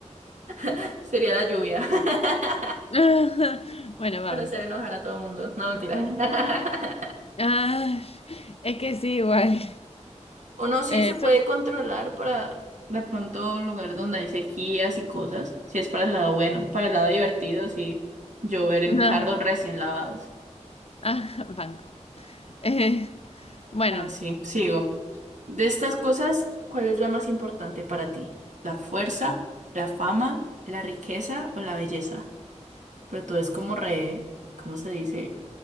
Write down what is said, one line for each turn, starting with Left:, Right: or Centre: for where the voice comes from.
Right: <laughs> sería la lluvia. <laughs>
Left: <laughs> Ajá. Bueno, banco.
Right: Para hacer enojar a todo el mundo. No, mentira. <laughs>
Left: Ah, es que sí, igual.
Right: O no, sí
Left: Eh,
Right: se puede
Left: sol-
Right: controlar para de pronto un lugar donde hay sequías y cosas. Si es para el lado bueno, para el lado divertido, sí. Llover
Left: no.
Right: en carros recién lavados.
Left: Ah, <laughs> banco. Eh, bueno,
Right: Bueno, sí, sigo. De estas cosas, ¿cuál es la más importante para ti? ¿La fuerza, la fama, la riqueza o la belleza? Pero tú es como re, ¿cómo se dice?